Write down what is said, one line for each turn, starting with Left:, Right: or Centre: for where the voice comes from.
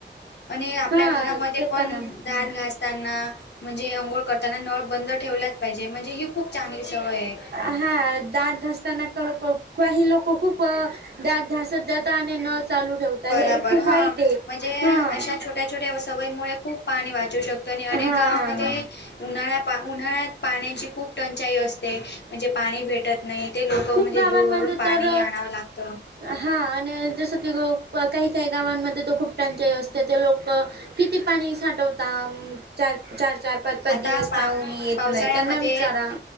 Left: आणि आपल्या
Right: हां
Left: घरामध्ये
Right: ते
Left: पण
Right: आहे
Left: ान घास असताना म्हणजे अंघोळ करताना नळ बंद ठेवलाच पाहिजे म्हणजे ही खूप चांगली सवय आहे
Right: हा दात घधासताना का लोक काही लोक खूप दाग धासत जाता आणि न चालू ठेवता
Left: बराबर
Right: हे खूप
Left: हा
Right: वाईट
Left: म्हणजे
Right: आहे हा
Left: अशा छोट्या छोट्या छोट्या सवयी मु खूप पाणी वाचू शकतं आणि अनेक
Right: हा
Left: गावामध्ये उन्हाळ्या पा उन्हाळ्यात पाण्याची खूप टंचाई असते म्हणजे पाणी भेटत नाही ते लोक
Right: खूप
Left: म्हणजे
Right: गावांमध्ये
Left: दूरवरून पाणी
Right: तर
Left: आणावं लागतं
Right: हा आणि जस की काही काही गावांमध्ये तो खूप टंचाही असतो त्याथ लोक किती पाणी साठवतात चार चार चार पाच पाच
Left: आता
Right: दिवस
Left: पा
Right: पाहून येत
Left: पावसाळ्यामध्ये
Right: नाही त्यांना विचारा